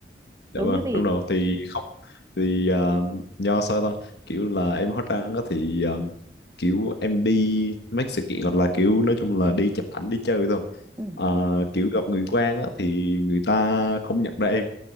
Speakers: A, on the left (about 70°); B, on the right (about 15°).
A: dạ
B: đúng
A: vâng
B: như gì
A: đúng rồi thì không thì à, do sao ta kiểu là em hóa trang đó thì à, kiểu em đi mấy sự kiện hoặc là kiểu nói chung là đi chụp ảnh đi chơi thôi
B: ừ.
A: À, kiểu gặp người quen á, thì người ta không nhận ra em